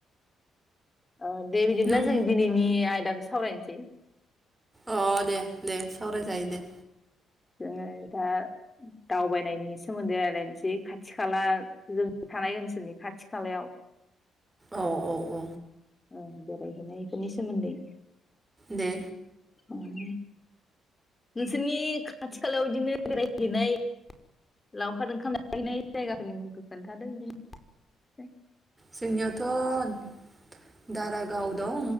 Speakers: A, on the left; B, on the right.
A: औ दे बिदिब्ला
B: नों
A: जों दिनैनि आयदाखौ सावरायनोसै बे
B: अ दे दे सावराय जायो दे।
A: जोङो दा दावबायनायनि सोमोन्दै रायलायनोसै खाथि खाला जोंनि थानाय ओनसोलनि खाथि खालायाव
B: औ औ औ
A: औ बेरायहैनाय फोरनि सोमोन्दै
B: दे
A: उम नोंसोरनि खाथि खालायाव इदिनो बेरायहैनाय लावखार ओंखाम जाहैनाय जायगाफोरनि मुंखौ खोन्थादो इदिनो
B: जोंनियावथ' दारागाव दं